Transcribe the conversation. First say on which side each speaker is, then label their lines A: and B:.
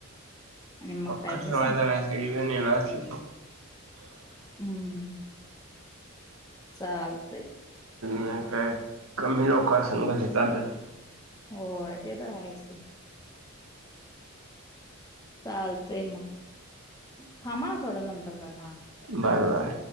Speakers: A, on the left; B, on the right.
A: आणि मग
B: पक्क
A: काय
B: ठरवायचा
A: ते सांग
B: काय <unintelligible>
A: हम्म चालतय.
B: आणि काय? कमी लोकासंग
A: हो ते तर आहेच की चालते मग थांबा थोड्या नंतर काय हा.
B: बरं बर